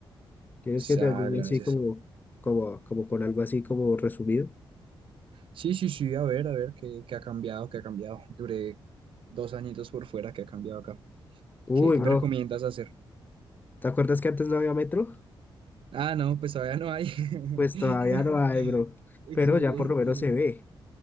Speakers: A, on the left (about 20°); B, on the right (about 75°).
A: ¿Quieres que te
B: Ah,
A: ayude
B: gracias.
A: así como, como, como con algo así como resumido?
B: Sí, sí, sí, a ver, a ver, qué, qué ha cambiado, qué ha cambiado. Duré dos añitos por fuera, qué ha cambiado acá.
A: Uy,
B: ¿Qué, qué
A: bro,
B: me recomiendas hacer?
A: ¿te acuerdas que antes no había metro?
B: Ah, no, pues todavía no hay. <laughs>
A: Pues todavía no hay, bro.
B: Excelente.
A: Pero ya por lo menos se ve,